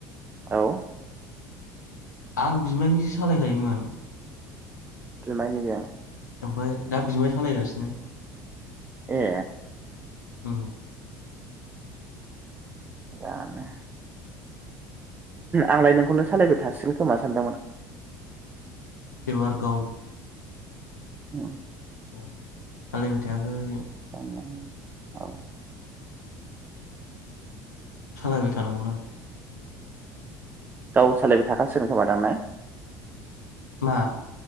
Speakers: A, on the right (about 20°); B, on the left (about 80°).
A: औ।
B: आं बिमायनिसो सालायखायोमोन।
A: बिमाय निजा?
B: ओमफ्राय? दा बिमाय सालायगासिनो?
A: ए।
B: ओम।
A: गानो आंलाय नोंखौनो सालायबाय थासिगोन खोमा सानदोंमोन।
B: देबारगाव
A: अ।
B: सालायबाय थायाखै।
A: <unintelligible> औ
B: सालायबाय थानांगोन आं।
A: गाव सालायबाय थाखासिगोन खोमादां ने?
B: आ